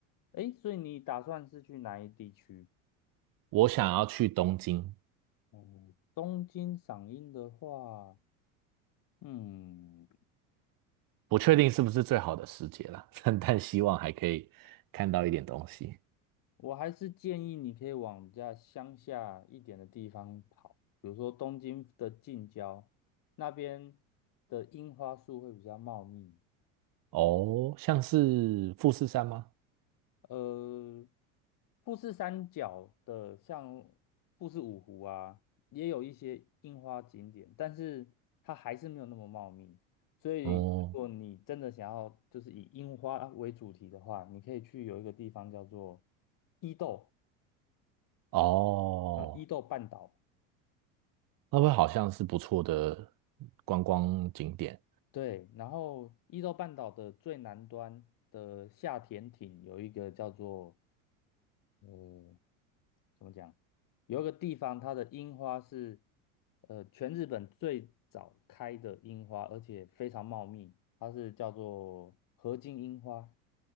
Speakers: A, on the left; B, on the right.
A: 哎，所以你打算是去哪一地区？
B: 我想要去东京，
A: 哦，东京赏樱的话，嗯，
B: 不确定是不是最好的时节啦，<laughs> 但但希望还可以看到一点东西。
A: 我还是建议你可以往家乡下一点的地方跑，比如说东京的近郊，那边的樱花树会比较茂密。
B: 哦，像是富士山吗？
A: 呃，富士山脚的像富士五湖啊，也有一些樱花景点，但是它还是没有那么茂密。所以，
B: 哦
A: 如果你真的想要就是以樱花为主题的话，你可以去有一个地方叫做伊豆，
B: 哦，
A: 嗯，伊豆半岛。
B: 那会好像是不错的观光景点。
A: 对，然后伊豆半岛的最南端的下田町有一个叫做呃怎么讲？有一个地方，它的樱花是呃全日本最早开的樱花，而且非常茂密，它是叫做河津樱花。